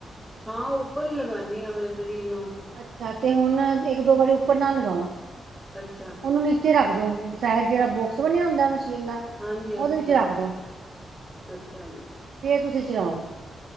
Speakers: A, in the centre; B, on the right (about 80°).
A: ਹਾਂ ਉੱਪਰ ਹੀ ਲਗਾਉਂਦੀ ਹਾਂ ਮੈਂ ਤੇ ਰੀਲ ਨੂੰ ਹ <unintelligible>
B: ਅੱਛਾ ਤੇ ਹੁਣ ਇੱਕ ਦੋ ਵਾਰੀ ਉੱਪਰ ਨਾ ਲਗਾਓ
A: ਅੱਛਾ
B: ਉਹਨੂੰ ਨੀਚੇ ਰੱਖਦੋ <inaudible> ਜਿਹੜਾ ਬੋਕਸ ਬਣਿਆ ਹੁੰਦਾ <inaudible> ਦਾ
A: ਹਾਂਜੀ-ਹਾਂਜੀ
B: ਉਹਦੇ ਵਿੱਚ ਰੱਖਦੋ
A: ਅੱਛਾ ਜੀ
B: ਜੇ ਤੁਸੀਂ ਰਓ <unintelligible>